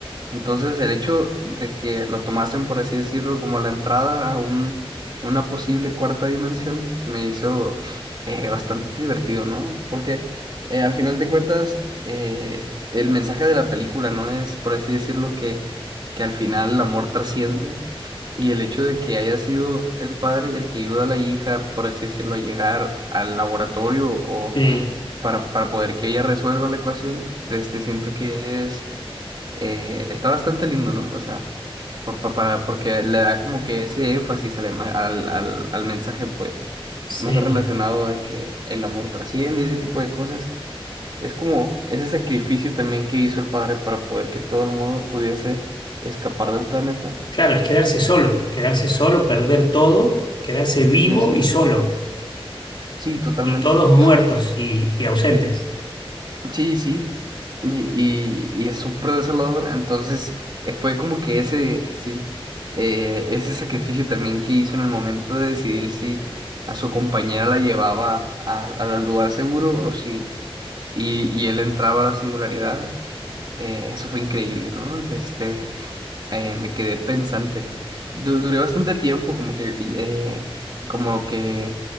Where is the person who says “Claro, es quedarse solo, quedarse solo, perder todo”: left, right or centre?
Left